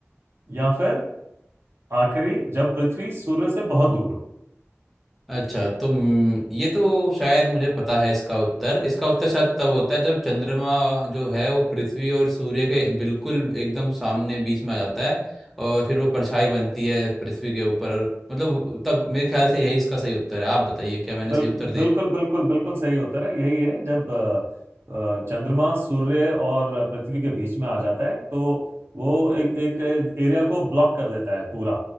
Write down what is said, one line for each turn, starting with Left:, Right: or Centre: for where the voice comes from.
Right: या फिर आखिरी जब पृथ्वी सूर्य से बहुत दूर हो
Centre: अच्छा तो हम्म, ये तो शायद मुझे पता है इसका उत्तर इसका उत्तर शायद तब होता है जब चंद्रमा जो है वो पृथ्वी और सूर्य के बिल्कुल एकदम सामने बीच में आ जाता है और फिर वो परछाई बनती है पृथ्वी के ऊपर और मतलब तब मेरे ख्याल से यही इसका सही उत्तर है आप बताइए क्या मैंने
Right: बिल्कुल
Centre: सही उत्तर दिए
Right: बिल्कुल बिल्कुल बिल्कुल सही उत्तर है यही है जब अ, अ, चंद्रमा सूर्य और पृथ्वी के बीच में आ जाता है तो वो एक एक एरिया को ब्लॉक कर देता है पूरा